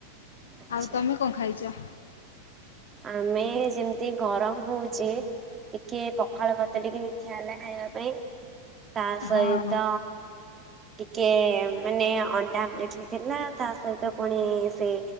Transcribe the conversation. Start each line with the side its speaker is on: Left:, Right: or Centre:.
Right: ଆଚ୍ଛା
Left: ଆଉ ତମେ କଣ ଖାଇଚ?
Right: ଆମେ ଯେମିତି ଗରମ ହଉଚି ଟିକେ ପଖାଳ ମତେ ଟିକେ ଇଚ୍ଛା ହେଲା ଖାଇବା ପାଇଁ। ତା ସହିତ
Left: ହଁ
Right: ଟିକେ ମାନେ ଅଣ୍ଡା ପ୍ଲେଟ୍ ହେଇଥିଲା ତା ସହିତ ପୁଣି ସେ